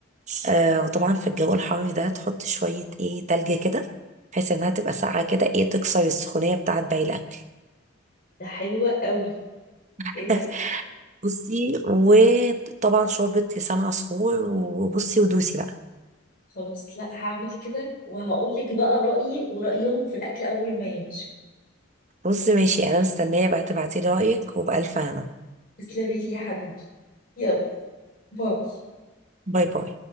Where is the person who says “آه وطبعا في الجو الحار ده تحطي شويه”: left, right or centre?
Right